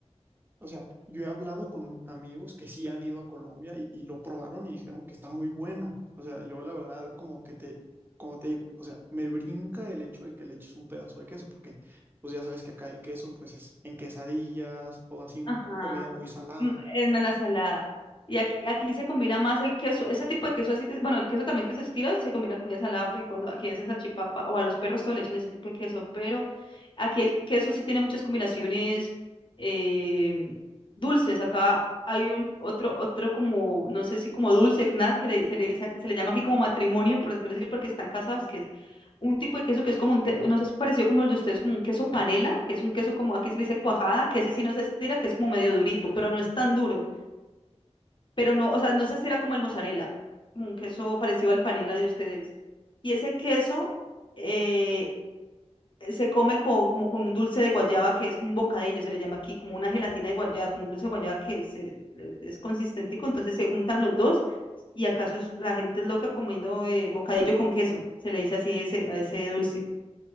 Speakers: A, on the right; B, on the left.
A: O sea, yo he hablado con amigos que sí han ido a Colombia y, y lo probaron y dijeron que está muy bueno. O sea, yo la verdad, como que te, como te digo, o sea, me brinca el hecho de que le eches un pedazo de queso, porque pues ya sabes que acá el queso, pues es en quesadillas o así en
B: Ajá.
A: comida muy salada.
B: Mm, En en la salada. Y aquí, aquí se combina más el queso, ese tipo de queso así que, bueno, el queso también que se estira se combina con comida salada porque cuando aquí hacen salchipapa o a los perros todo le echan ese tipo de queso, pero aquí el queso sí tiene muchas combinaciones eh, dulces. Acá hay un otro, otro como, no sé si como dulce, nada, que le- se le, dice ac- se le llama aquí como matrimonio, por decirlo así, porque están casados, que es un tipo de queso que es como un, te- no sé, es parecido como el de ustedes, como un queso panela, que es un queso como, aquí se le dice cuajada, que ese sí no se estira, que es como medio durito, pero no es tan duro, pero no, o sea, no se estira como el mozzarella, como un queso parecido al panela de ustedes. Y ese queso eh, se come con, como con un dulce de guayaba, que es como un bocadillo, se le llama aquí, como una gelatina de guayaba, como un dulce de guayaba que se, es consistente, entonces se juntan los dos. Y acaso la gente es loca comiendo eh, bocadillo con queso, se le dice así ese, a ese dulce.